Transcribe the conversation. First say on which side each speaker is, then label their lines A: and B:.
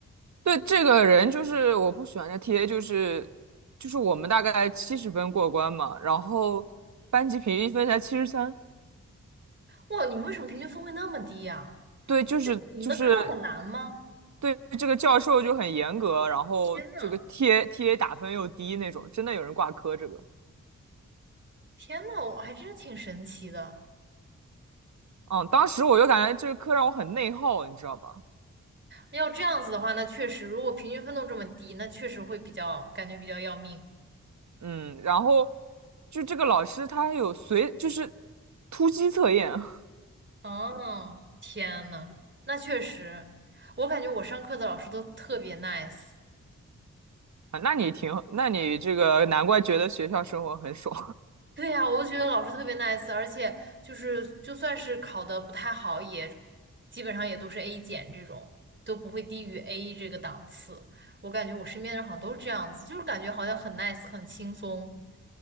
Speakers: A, on the right; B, on the right.
A: 对这个人，就是我不喜欢的 TA，就是就是我们大概七十分过关嘛，然后班级平均分才七十三，
B: 哇，你们为什么平均分会那么低呀？
A: 对，就是就是
B: 你们的课很难吗？
A: 对这个教授就很严格，然后这个
B: 天呐，
A: TA TA 打分又低那种，真的有人挂科这个，
B: 天呐，我还真是挺神奇的。
A: 嗯，当时我就感觉这个课让我很内耗，你知道吧？
B: 要这样子的话，那确实，如果平均分都这么低，那确实会比较感觉比较要命。
A: 嗯，然后就这个老师他有随就是突击测验 <laughs> 啊，
B: 哦，天呐，那确实，我感觉我上课的老师都特别 nice。
A: 那你挺，那你这个难怪觉得学校生活很爽
B: 对呀，我就觉得老师特别 nice，而且就是就算是考的不太好，也基本上也都是 A 减这种，都不会低于 A 这个档次。我感觉我身边的人好像都是这样子，就是感觉好像很 nice，很轻松，